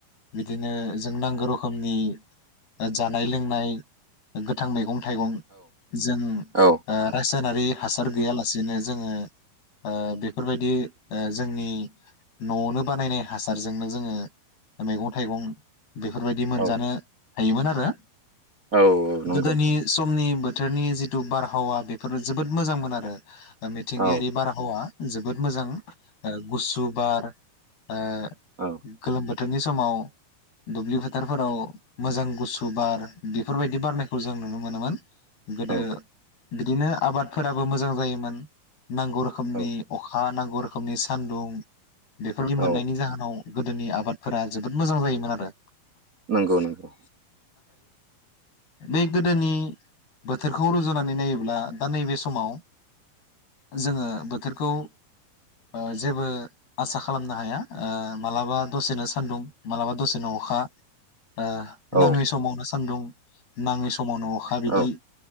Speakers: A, on the left (about 90°); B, on the right (about 50°).
A: बिदिनो जों नांगौ रोखोमनि जानाय लोंनाय गोथां मैगं थाइगं जों ओ
B: औ
A: रासा रासायनारि हासार गैयालासेनो जोङो ओ बेफोरबायदि ओ जोंनि न'आवनो बानायनाय हासारजोंनो जोङो मैगं थाइगं बेफोरबायदि मोनजानो
B: औ
A: हायोमोन आरो
B: औ नंगौ
A: गोदोनि समनि बोथोरनि जिथु बारहावा बेफोरो जोबोद मोजांमोन आरो मिथिंगायारि
B: औ
A: बारहावा जोबोद मोजां ओ गुसुु बार ओ
B: औ
A: गोलोम बो बोथोरनि समाव दुब्लि फोथारफोराव मोजां गुसु बार बेफोरबायदि बारनायखौ जों नुनो मोनोमोन गोदो
B: औ
A: बिदिनो आबादफोराबो मोजां जायोमोन नांगौ रोखोमनि
B: औ
A: अखा नां गौ रोखोमनि सानदुं बेफोरनि
B: औ
A: मोननायनि जाहोनाव गोदोनि आबाद फोरा जोबोद मोजां जायोमोन आरो
B: नोंगौ नोंगौ
A: बै गोदोनि बोथोरखौ रुजुनानै नायोब्ला दा नै बे समाव जोङो बोथोरखौ ओ जेबो आसा खालामनो हाया ओ मालाबा दसेनो स सान्दुं मालाबा दसेनो अखा ओ
B: औ
A: नाङै समावनो सान्दुं नाङि स समावनो अखा बिदि
B: औ